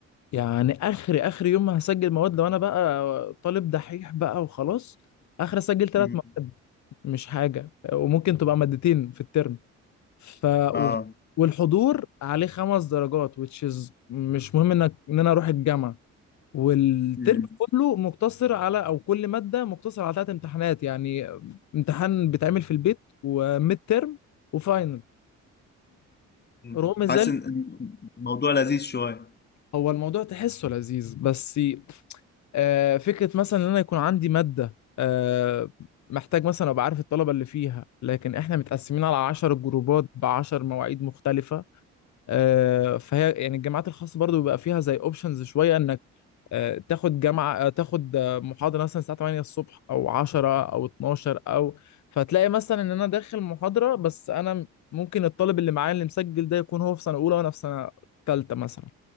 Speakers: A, on the left; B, on the left.
A: يعني اخر اخر يوم ما هسجل مواد لو انا بقى طالب دحيح بقى وخلاص اخر اسجل
B: <laughs>
A: ثلاث
B: م.
A: مواد مش حاجه وممكن تبقى مادتين في الترم ف
B: اه
A: و- والحضور عليه خمس درجات which is مش مهم انك ان انا اروح الجامعه والترم
B: م.
A: كله مقتصر على او كل ماده مقتصر على ثلاث امتحانات يعني امتحان بيتعمل في البيت وميد ترم وفاينل
B: م.
A: رغم ذلك
B: حاسس ان الموضوع لذيذ شويه
A: هو الموضوع تحسه لذيذ بس آه، فكرة مثلا ان انا يكون عندي مادة آه، محتاج مثلا ابقى عارف الطلبة اللي فيها لكن احنا متقسمين على 10 جروبات بعشر مواعيد مختلفة آه، فهي يعني الجامعات الخاصة برضو بيبقى فيها زي اوبشنز شوية انك آه، تاخد جامعة آه، تاخد آه، محاضرة مثلا الساعة 8 الصبح او 10 او 12 او فتلاقي مثلا ان انا داخل محاضرة بس انا ممكن الطالب اللي معايا اللي مسجل ده يكون هو في سنة اولى وانا في سنة ثالثة مثلا